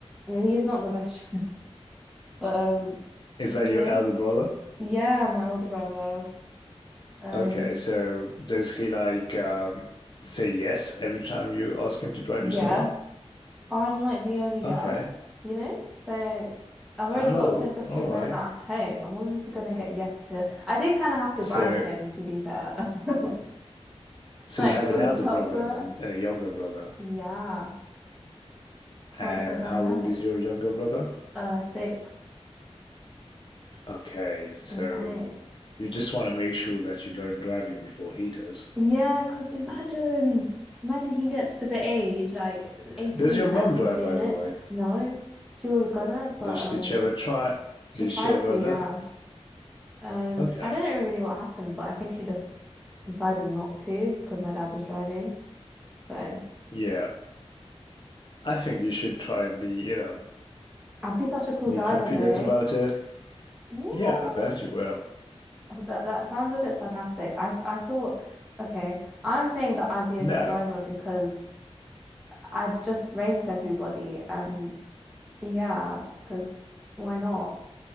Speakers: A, in the centre; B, on the left.
A: maybe he's not the best <laughs> driver. But um,
B: Is
A: you
B: that your
A: know,
B: elder brother?
A: yeah, my older brother. Um,
B: Okay, so does he like um, say yes every time you ask him to drive you
A: yeah.
B: somewhere?
A: I'm like the only girl,
B: Okay.
A: you know? So I've already
B: Oh,
A: got princess treatment
B: all right.
A: at home. I'm obviously gonna get yes to. I do kind of have to
B: So
A: bribe him, to be fair. <laughs>
B: So
A: Like
B: you have
A: with
B: an elder
A: chocolate.
B: brother and a, and a younger brother.
A: Yeah, quite
B: And
A: the dynamic.
B: how old is your younger brother?
A: Uh, six.
B: Okay, so
A: Okay.
B: you just want to make sure that you learn driving before he does.
A: Yeah, because imagine, imagine he gets to the age like 18
B: Does your mom
A: and he's
B: drive,
A: doing
B: by the
A: it.
B: way?
A: No, she was gonna, but
B: Did she,
A: um,
B: did she ever try?
A: she
B: Did
A: tried
B: she ever
A: to,
B: learn?
A: yeah. Um,
B: Okay,
A: I don't know really what happened, but I think she just decided not to because my dad was driving. So
B: yeah. I think you should try and be, you know,
A: I'd be such a cool
B: more
A: driver
B: confident
A: though.
B: about it.
A: Yeah,
B: Yeah, I bet you will.
A: that that sounds a bit sarcastic. I I thought, okay, I'm saying that I'd be a
B: No,
A: good driver because I'd just race everybody and yeah, because why not?